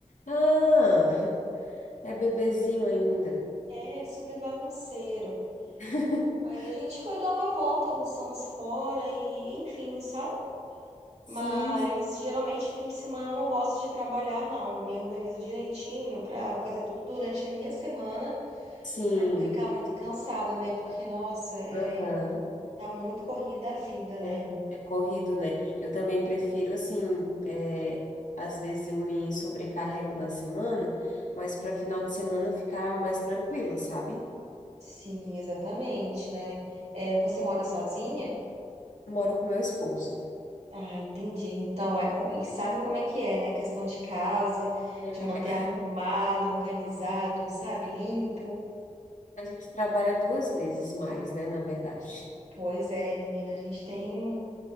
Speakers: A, on the left; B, on the right.
A: Ah, <laughs> é bebezinho ainda.
B: É, super bagunceiro.
A: <laughs>
B: Aí a gente foi dar uma volta, almoçamos fora e, enfim, sabe?
A: Sim,
B: Mas geralmente fim de semana eu não gosto de trabalhar, não. Eu me organizo direitinho para fazer tudo durante a minha semana,
A: sim.
B: para não ficar muito cansada, né? Porque, nossa, é-
A: Aham.
B: tá muito corrida a vida, né?
A: É, é corrido, né? Eu também prefiro, assim, é, às vezes eu me sobrecarrego na semana, mas para final de semana ficar mais tranquila, sabe?
B: Sim, exatamente, né? É, você mora sozinha?
A: Moro com meu esposo.
B: Ah, entendi. Então, é, co- e sabe como é que é, né? Questão de casa,
A: É,
B: de manter arrumado, organizado, sabe? Limpo.
A: a gente trabalha duas vezes mais, né, na verdade.
B: Pois é, menina, a gente tem.